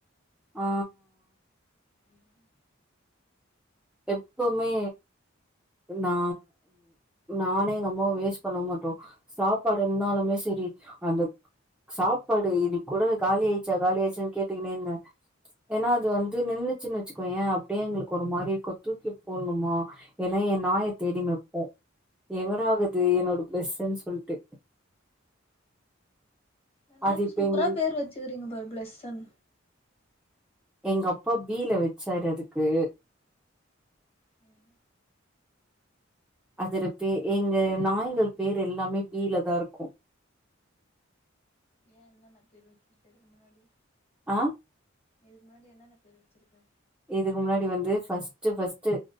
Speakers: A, in the centre; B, on the left (about 30°).
A: ஆ
B: ம்
A: எப்பமே நா நானு எங்க அம்மாவும் வேஸ் பண்ண மாட்டோ சாப்பாடு இருந்தாலுமே செரி அந்த சாப்பாடு இனிக்கூட காலி ஆயிச்சா காலி ஆயிச்சான்னு கேட்டுக்குனே இந்தேன் ஏன்னா அது வந்து நின்னுச்சுனு வச்சுக்கோயே அப்டியே எங்களுக்கு ஒரு மாரி தூக்கி போண்ணுமா ஏன்னா என் நாய தேடினு வெப்போ எங்கடாகுது என்னோட பிளஸ்ஸன் சொல்ட்டு
B: நல்லா
A: அது
B: இது
A: இப்ப
B: சூப்பரா
A: எங்க
B: பேர் வெச்சுக்கிறீங்க பாரு பிளஸ்ஸன்
A: எங்க அப்பா பீல வெச்சாறு அதுக்கு
B: ம்
A: அதோட பே எங்க நாய்கள் பேர் எல்லாமே பீல தா இருக்கும்
B: ஏன் என்னென்ன பேர் வெச்சிருக்க இதுக்கு முன்னாடி
A: ஆ
B: இதுக்கு முன்னாடி என்னென்ன பேர் வெச்சுருக்க
A: இதுக்கு முன்னாடி வந்து ஃபஸ்ட்டு ஃபஸ்ட்டு